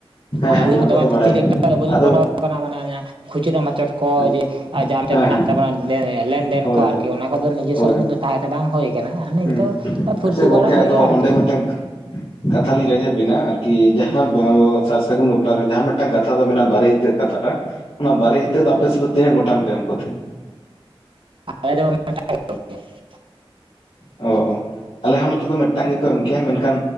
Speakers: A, on the right; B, on the left.
A: ᱟᱨ
B: ᱦᱮᱸ ᱦᱮᱸ
A: ᱟᱹᱞᱤᱧ
B: ᱚᱱᱟ
A: ᱦᱚᱸ
B: ᱠᱚᱫᱚ
A: ᱫᱚᱢᱮ ᱵᱷᱤᱛᱤᱨ
B: ᱵᱟᱰᱟᱭ
A: ᱨᱮ
B: ᱠᱟᱱᱟ
A: ᱮᱠᱴᱟ ᱵᱟᱹᱞᱤᱧ
B: ᱟᱫᱚ
A: ᱵᱚᱞᱚ ᱟᱠᱟᱱᱟ ᱢᱟᱱᱮ ᱠᱷᱩᱪᱨᱟᱹ ᱢᱟᱪᱚᱴ ᱠᱚ
B: ᱟᱪᱪᱷᱟ
A: ᱡᱮ <unintelligible> ᱟᱨ ᱡᱟᱦᱟᱸᱛᱮ
B: ᱦᱮᱸ
A: ᱢᱮᱱᱟᱜ
B: ᱦᱮᱸ
A: ᱛᱟᱵᱚᱱᱟ ᱞᱮᱱᱫᱮᱱ
B: ᱦᱳᱭ
A: ᱠᱚ
B: ᱦᱳᱭ
A: ᱟᱨᱠᱤ ᱚᱱᱟ ᱠᱚᱫᱚ ᱱᱤᱡᱮ ᱥᱚᱵᱽ
B: ᱦᱳᱭ
A: ᱩᱱᱟᱹᱜ ᱫᱚ ᱛᱟᱦᱮᱸ ᱫᱚ ᱵᱟᱝ ᱦᱳᱭ ᱦ ᱠᱟᱱᱟ <unintelligible> ᱟᱨ ᱱᱤᱛᱚᱜ
B: ᱦᱩᱸ
A: ᱯᱷᱩᱨᱛᱤ
B: ᱟᱪᱪᱷᱟ ᱜᱚᱝᱠᱮ
A: ᱵᱟᱲᱟ ᱦᱩᱭᱩᱜᱼᱟ
B: ᱟᱫᱚ
A: ᱟᱨᱠᱤ᱾
B: ᱚᱸᱰᱮ ᱢᱤᱫᱴᱟᱝ ᱠᱟᱛᱷᱟ ᱞᱤᱧ ᱨᱮᱡᱤ ᱵᱮᱤᱱᱟ, ᱟᱨᱠᱤ ᱡᱟᱦᱟᱸ
A: ᱦᱩᱸ
B: ᱵ ᱟᱵᱚ᱾ ᱥᱟᱨ ᱥᱟᱹᱜᱩᱱ ᱵᱟᱯᱟᱨ ᱨᱮ ᱡᱟᱦᱟᱸ ᱢᱤᱫᱴᱟᱝ ᱠᱟᱛᱷᱟ ᱫᱚ ᱢᱮᱱᱟᱜᱼᱟ ᱵᱟᱨᱮ ᱤᱛᱟᱹᱟᱹᱜ ᱠᱟᱛᱷᱟᱴᱟᱜ ᱚᱱᱟ ᱵᱟᱨᱮ
A: ᱦᱩᱸ
B: ᱤᱛᱟᱹ ᱫᱚ ᱟᱯᱮ ᱥᱮᱫ ᱫᱚ ᱛᱤᱱᱟᱹᱜ ᱜᱚᱴᱟᱝ ᱯᱮ ᱮᱢ ᱠᱚ ᱛᱟᱦᱮᱸ?
A: ᱟ ᱫᱚ <unintelligible> ᱴᱯᱭᱟ <unintelligible>
B: ᱚ ᱟᱞᱮ ᱦᱚᱸ ᱱᱚᱛᱮ ᱫᱚ ᱢᱤᱫᱴᱟᱝ ᱜᱮᱠᱚ ᱮᱢ ᱠᱮᱭᱟ, ᱢᱮᱱᱠᱷᱟᱱ